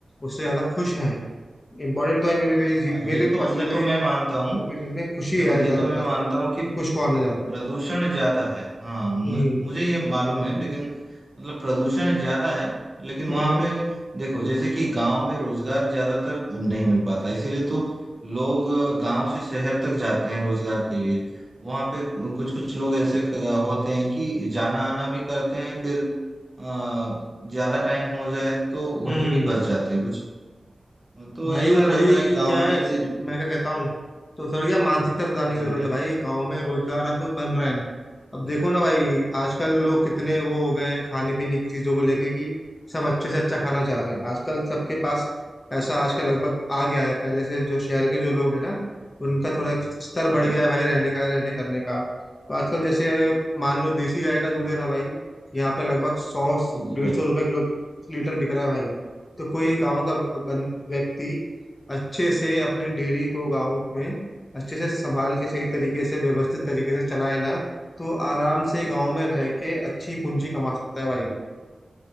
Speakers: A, on the left; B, on the right.
A: उससे ज्यादा खुश है इम्पोर्टेंट तो है मेरे लिए जी-
B: हाँ ये
A: मेरे
B: तो
A: पर्सनली
B: ये तो मैं मानता हूँ
A: ओपिनियन में खुशी
B: देखो
A: है
B: ये
A: ज्यादातर
B: तो मैं मानता हूँ कि
A: कि खुश कौन है ज्यादा
B: प्रदूषण ज्यादा है हाँ मुझ,
A: हम्म
B: मुझे ये मालूम है लेकिन मतलब प्रदूषण ज्यादा है लेकिन वहां
A: हम्म
B: पे देखो जैसे कि गांव में रोजगार ज्यादातर नहीं मिल पाता इसीलिए तो लोग गांव से शहर तक जाते हैं रोजगार के लिए वहां पे कुछ कुछ लोग ऐसे क- होते हैं कि जाना आना भी करते हैं फिर अ, ज्यादा टाइम हो जाए तो
A: हम्म
B: वहीं भी बस जाते हैं कुछ तो
A: भाई
B: ऐसा
A: वो थोड़ी
B: रहता है गांव
A: क्या है
B: में इसी
A: मैं क्या कहता हूँ तो थोड़ी क्या मानसिकता सुधारने की
B: जी
A: जरूरत
B: भाई
A: है भाई गांव में रोजगार अब बन रहे हैं अब देखो ना भाई आजकल लोग कितने वो हो गए हैं खाने पीने की चीजों को लेके कि सब अच्छे से अच्छा खाना चाह रहे
B: हाँ
A: हैं आजकल सबके पास पैसा आजकल लगभग आ गया है पहले से जो शहर के जो लोग हैं ना उनका थोड़ा स्तर
B: हाँ
A: बढ़ गया है भाई रहने का रहने करने का तो आजकल जैसे मान लो देसी गाय का दूध है ना भाई यहाँ पे लगभग सौ
B: जी जी
A: डेढ़
B: भाई
A: सौ रुपए किलो लीटर बिक रहा है भाई तो कोई गांव का ब- बन- व्यक्ति अच्छे से अपनी डेयरी को गांव में अच्छे से संभाल के सही तरीके से व्यवस्थित तरीके से चलाए ना तो आराम से गांव में रह के अच्छी पूंजी कमा सकता है भाई